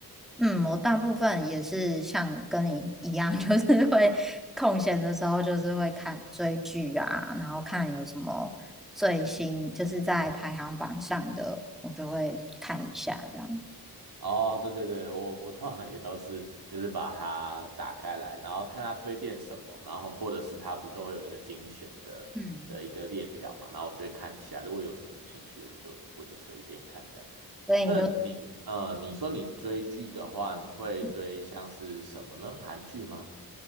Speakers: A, in the centre; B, on the right (about 75°).
A: 嗯，我大部分也是像跟你一样，<laughs> 就是会空闲的时候，就是会看追剧啊，然后看有什么最新，就是在排行榜上的，我就会看一下这样。
B: 哦，对对对，我我通常也都是就是把它打开来，然后看它推荐什么，然后或者是它不是都会有那个精选的的一个列表嘛，
A: 嗯，
B: 然后我就会看一下，如果有什么有兴趣，我就我就随便看这样。
A: 所以你就
B: 那你呃，你说你追剧的话，你会追像是什么呢？
A: 嗯，
B: 韩剧吗？